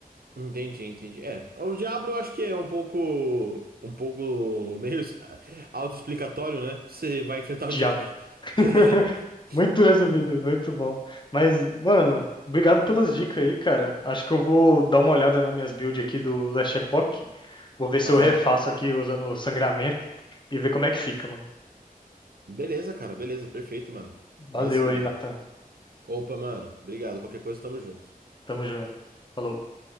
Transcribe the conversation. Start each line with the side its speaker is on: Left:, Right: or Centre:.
Right: Entendi, entendi. É, o Diablo eu acho que é um pouco, um pouco meio autoexplicatório, né? Você vai enfrentar
Left: diabo.
Right: o Diablo.
Left: <laughs>
Right: <laughs>
Left: Muito resumido, muito bom. Mas, mano, obrigado pelas dicas aí, cara. Acho que eu vou dar uma olhada nas minhas builds aqui do Last Epoch. Vou ver se
Right: Aham.
Left: eu refaço aqui usando o sangramento e ver como é que fica, mano.
Right: Beleza, cara, beleza, perfeito, mano.
Left: Valeu
Right: Vai sim,
Left: aí,
Right: mano.
Left: Natan.
Right: Opa, mano, obrigado. Qualquer coisa, tamo junto.
Left: Tamo junto. Falou.